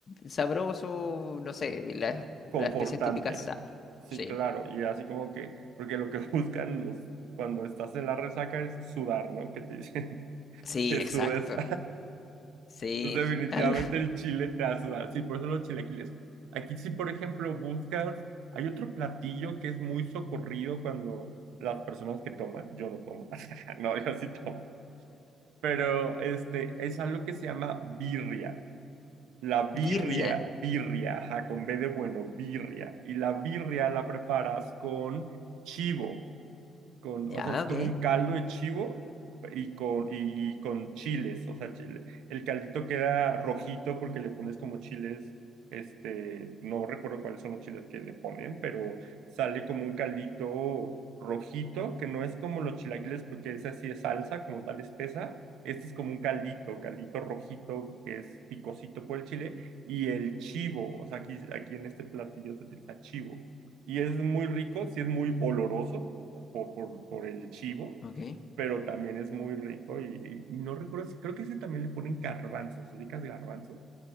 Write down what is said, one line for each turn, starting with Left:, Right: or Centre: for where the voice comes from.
Left: sabroso, no sé, y las,
Right: Confortante.
Left: las especias típicas sal.
Right: Sí,
Left: Sí,
Right: claro. Y así como que, porque lo que <laughs> buscan los, cuando estás en la resaca es sudar, ¿no? Que te dicen <laughs>
Left: sí,
Right: que sudes.
Left: exacto.
Right: <laughs>
Left: Sí,
Right: Entonces, definitivamente
Left: <laughs> algo.
Right: el chile te hace sudar. Sí, por eso los chilaquiles. Aquí sí, por ejemplo, buscas, hay otro platillo que es muy socorrido cuando las personas que toman, yo no tomo. <laughs> No, yo sí tomo. Pero este, es algo que se llama birria. La birria,
Left: Birria.
Right: birria, ajá, con B de bueno, birria. Y la birria la preparas con chivo con,
Left: Ya,
Right: o sea, es
Left: ok.
Right: como un caldo de chivo y con, y, y con chiles, o sea, chile. El caldito queda rojito porque le pones como chiles, este, no recuerdo cuáles son los chiles que le ponen, pero sale como un caldito rojito, que no es como los chilaquiles porque ese así es salsa, como tal espesa. Este es como un caldito, caldito rojito que es picosito por el chile y el chivo, o sea, aquí, aquí en este platillo se utiliza chivo y es muy rico, sí es muy oloroso, por, por, por el chivo,
Left: Ok.
Right: pero también es muy rico y, y- y no recuerdo, si- creo que ese también le ponen garbanzos, ¿ubicas garbanzos?